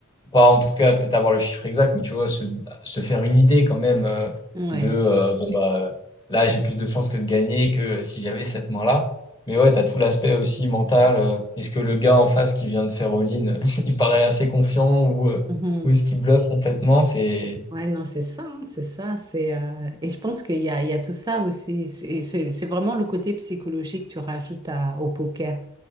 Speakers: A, on the left; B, on the right.
A: pas en tout cas peut-être avoir le chiffre exact, mais tu vois, se, se faire une idée quand même euh,
B: Ouais.
A: de euh, bon bah là j'ai plus de chances que de gagner que si j'avais cette main-là. Mais ouais, t'as tout l'aspect aussi mental. euh, est-ce que le gars en face qui vient de faire all-in, <laughs> il paraît assez confiant ou, euh,
B: Mhm.
A: ou est-ce qu'il bluffe complètement? C'est
B: Ouais, non, c'est ça, hein, c'est ça, c'est euh, et je pense qu'il y a, il y a tout ça aussi. C'est c'est- c'est vraiment le côté psychologique que tu rajoutes à- au poker,